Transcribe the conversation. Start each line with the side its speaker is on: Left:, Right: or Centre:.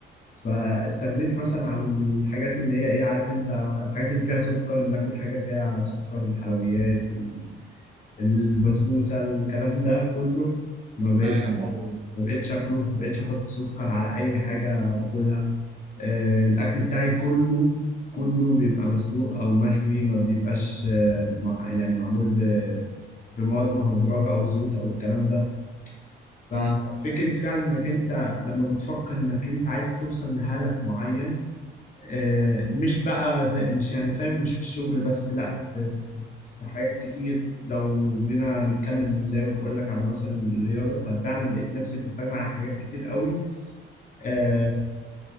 Left: فاستغنيت مثلا عن الحاجات اللي هي ايه عارف انت الحاجات اللي فيها سكر ان اكل حاجه فيها سكر الحلويات ال- البسبوسه الكلام ده كله ما بقيت
Right: فاهم اه
Left: ما بقيتش اكله ما بقيتش احط سكر على اي حاجه باكلها آه، الاكل بتاعي كله كله بيبقى مسلوق او مشوي ما بيبقاش آه، مع يعني معمول ب- بمواد مهدرجه او زيوت او الكلام ده ففكره
Right: امم
Left: فعلا انك انت لما بتفكر انك انت عايز توصل لهدف معين آه، مش بقى زي مش يعني فاهم مش في الشغل بس لا في, في حاجات كتير لو جينا نتكلم زي ما بقول لك على مثلا الرياضة ففعلا لقيت نفسي بستغنى عن حاجات كتير قوي آه